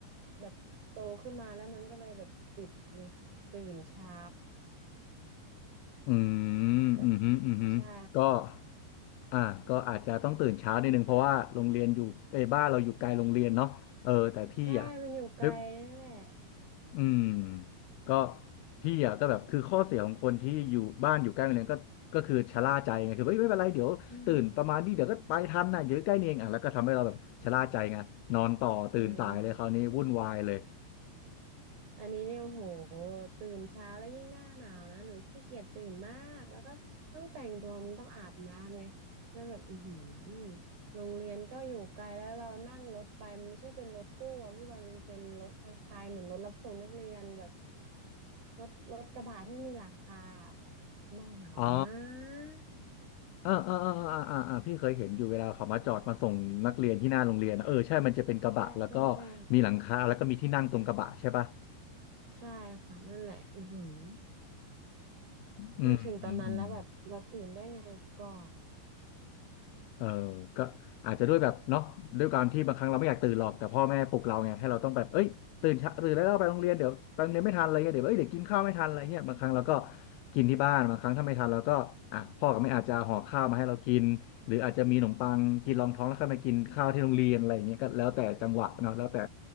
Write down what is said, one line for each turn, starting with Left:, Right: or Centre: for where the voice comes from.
Right: แบบโตขึ้นมาแล้วมันก็เลยแบบติดเลยตื่นเช้า
Left: อืมอืมฮึอืมฮึก็
Right: แบบใช่
Left: อ่าก็อาจจะต้องตื่นเช้านิดนึงเพราะว่าโรงเรียนอยู่ไอ้ยบ้านเราอยู่ไกลโรงเรียนเนาะเออแต่พี่อ่ะ
Right: ใช่มันอยู่ไกลนั่นแหละ
Left: นึกอืมก็พี่อ่ะก็แบบคือข้อเสียของคนที่อยู่บ้านอยู่ใกล้โรงเรียนก็ก็คือชะล่าใจไงคือเอ้ยไม่เป็นไรเดี๋ยวตื่นประมาณนี้เดี๋ยวก็ไปทันนะเดี๋ยวใกล้นี่เองอ่ะแล้วก็ทำให้เราแบบชะล่าใจไงนอนต่อตื่นสายเลยคราวนี้วุ่นวายเลย
Right: <laughs> อา อันนี้เนี่ยโอ้โหตื่นเช้าแล้วยิ่งหน้าหนาวนะหนูขี้เกียจตื่นมากแล้วก็ต้องแต่งตัวมันต้องอาบน้ำไงแล้วแบบอือหือโรงเรียนก็อยู่ไกลแล้วเรานั่งรถไปมันไม่ใช่เป็นรถตู้อะพี่บอลมันเป็นรถคล้ายๆเหมือนรถรับส่งนักเรียนแบบรถรถกระบะที่มีหลังคาหน้าหนาวมา
Left: อ๋อ
Right: ก
Left: อ่าอ่าอ่าอ่าอ่าอ่าพี่เคยเห็นอยู่เวลาเขามาจอดมาส่งนักเรียนที่หน้าโรงเรียนอะเออใช่มันจะเป็นกระบะแล้วก็
Right: ใช่ใช่ใช่
Left: มีหลังคาแล้วก็มีที่นั่งตรงกระบะใช่ป่ะ
Right: ใช่ค่ะนั่นแหละอือหือ
Left: อืมอืมอืม
Right: นึกถึงตอนนั้นแล้วแบบเราตื่นได้ไงก่อน
Left: เออก็อาจจะด้วยแบบเนาะด้วยความที่บางครั้งเราไม่อยากตื่นหรอกแต่พ่อแม่ปลุกเราไงให้เราต้องแบบเอ้ยตื่นเช้าตื่นแล้วไปโรงเรียนเดี๋ยวไปโรงเรียนไม่ทันอะไรเงี้ยเดี๋ยวเอ้ยเดี๋ยวกินข้าวไม่ทันอะไรเงี้ยบางครั้งเราก็กินที่บ้านบางครั้งถ้าไม่ทันเราก็อ่ะพ่อกับแม่อาจจะห่อข้าวมาให้เรากินหรืออาจจะมีขนมปังกินรองท้องแล้วค่อยมากินข้าวที่โรงเรียนอะไรเงี้ยก็แล้วแต่จังหวะเนาะแล้วแต่